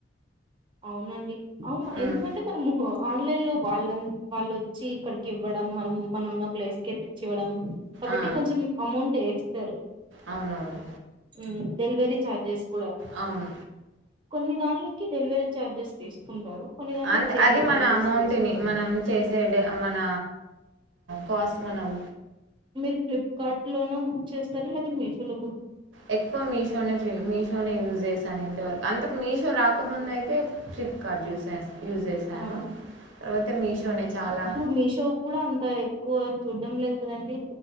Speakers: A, on the right (about 25°); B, on the right (about 85°).
A: అవునండి అవును
B: ఉమ్
A: ఎందుకంటే మనము ఆన్లైన్ లో వాళ్ళ అంత వాళ్లొచ్చి ఇక్కడికి ఇవ్వడం డం మనం మన ఉన్న ప్లేస్క తెచ్చి ఇవ్వడం కాబట్టి
B: ఆ
A: కొంచెం అమౌంట్ వేస్తారు
B: అవునవును
A: ఉమ్ డెలివరీ చార్జెస్ కూడా
B: అవును
A: కొన్ని దాన్లకి డెలివరీ చఛార్జెస్ తీసుకుంటారు కొన్ని దాన్లకి
B: అంతే
A: డెలివరీ
B: అది మన
A: చార్జెస్
B: అమౌంట్
A: తీసుకోరు.
B: ని మనం చేసే మన కోస్ మనం
A: మీరు ఫ్లిప్కార్ట్ లోనో బుక్ చేస్తారు లేదా మీషో లో
B: ఎక్కువ మీషో మీషో యూజ్ చేశాను ఇంతవరకు అంతకు మీషో రాకముంద అయితే ఫ్లిప్కార్ట్ చూశాను యూజ్ చేశాను
A: ఆ!
B: తర్వాతే మీషోనే చాలా
A: ఇప్పుడు మీషో కూడా అంత ఎక్కువ చూడ్డం లేదు కదండడి